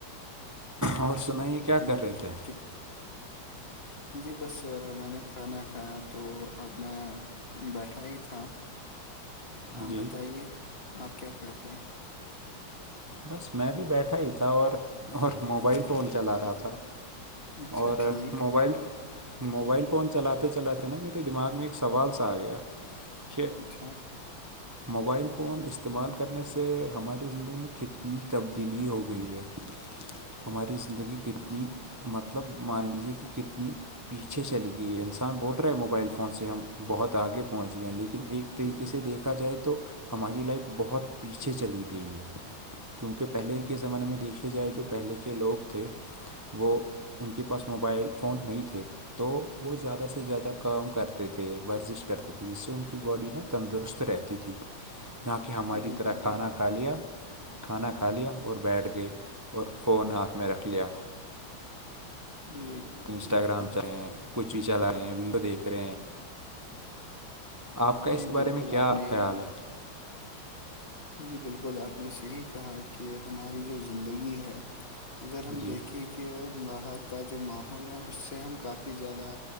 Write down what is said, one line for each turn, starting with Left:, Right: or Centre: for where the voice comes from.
Right: اور سنائیے کیا
Left: جی
Right: کر رہے
Left: کہ-
Right: تھے
Left: کہ- جی بس میں نے کھانا کھایا تو اب میں بیٹھا ہی تھا آپ
Right: جی
Left: بتائیے آپ کیا کر رہے ہیں
Right: بس میں بھی بیٹھا ہی تھا اور اور موبائل فون چلا رہا تھا
Left: اچھا
Right: اور
Left: ٹھیک
Right: موبائل <unintelligible> موبائل فون چلاتے چلاتے نا میرے دماغ میں ایک سوال سا آ گیا کہ
Left: اچھا
Right: موبائل فون استعمال کنے سے ہماری زندگی میں کتنی تبدیلی ہو گئی ہے ہماری زندگی کتنی مطلب مان لیجیے کہ کتنی پیچھے چلی گئی ہے انسان بول رہا ہے موبائل فون سے ہم بہت آگے پہنچ گئے لیکن لیکن ایک طریقے
Left: ہم،
Right: سے دیکھا جائے تو ہماری لائف بہت پیچھے چلی گئی ہے کیونکہ پہلے
Left: جی
Right: کے
Left: بالکل
Right: زمانے میں دیکھے جائے جو پہلے کے لوگ تھے وہ ان کے پاس موبائل فون نہیں تھے تو وہ زیادہ سے زیادہ کام کرتے تھے ورزش کرتے تھے جس سے ان کی باڈی نا تندرست رہتی تھی
Left: <inaudible>
Right: نہ کہ ہماری
Left: جی
Right: طرح
Left: بالکل
Right: کھانا کھا لیا کھانا کھا لیا اور بیٹھ گئی اور فون ہاتھ میں رکھ لیا
Left: جی
Right: انسٹاگرام
Left: بالکل
Right: چل رہے ہیں کچھ بھی چلا رہے ہیں ویڈیو دیکھ رہے ہیں آپ کا
Left: جی
Right: اس
Left: بالکل
Right: بارے میں کیا
Left: آپ نے
Right: خیال ہے <unintelligible>
Left: جی بالکل آپ نے صحیح کہا کہ ہماری جو زندگی ہے اگر ہم
Right: جی
Left: دیکھیں کہ باہر کا جو ماحول ہے اس سے ہم کافی زیادہ